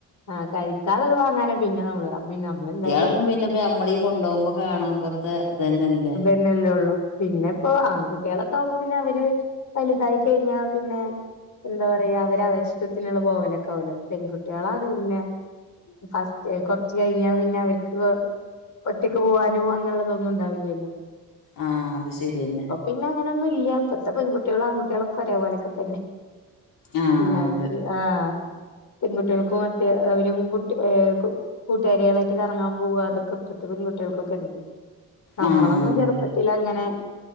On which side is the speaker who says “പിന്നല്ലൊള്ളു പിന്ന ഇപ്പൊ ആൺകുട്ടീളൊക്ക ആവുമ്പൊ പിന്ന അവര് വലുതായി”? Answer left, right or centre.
Left